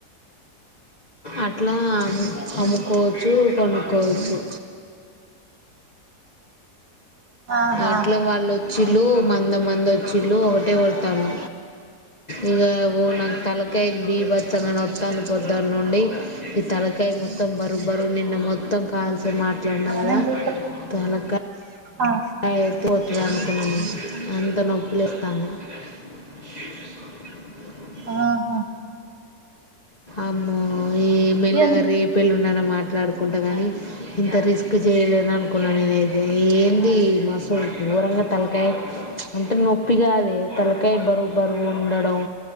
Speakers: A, on the left (about 45°); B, on the right (about 65°).
A: అట్లా అమ్ముకోవచ్చు కొనుకోవచ్చు
B: ఆహా
A: అట్లా వాళ్ళు ఓ ఆచిల్లు మంద మంద ఓచిల్లు ఒకటే పడతాను ఇక నాకు తలకాయ బీభత్సం నొతంది పొద్దాను నుండి తలకాయ మొత్తం బరు బరు నిన్న మొత్తం కాల్సి మాట్లాడినా కదా
B: నేను చూస్తా
A: తలకాయ
B: ఆ
A: అ కొతు అనుకున్నాను అంత నొప్పి లేస్తుంది <inaudible>
B: ఆహా
A: అమ్మో ఏ మెల్లగా
B: ఏంది
A: రేపుఎల్లుం అకుడానా మాట్లాడుకుంటా గానీ ఇంత రిస్క్ చేయలేన అనుకున్నాను నేనుైతే ఏంది మసులు దూరంగా తలకాయి అంటే నొప్పిగా అదే తలకై బరుబరు ఉండడం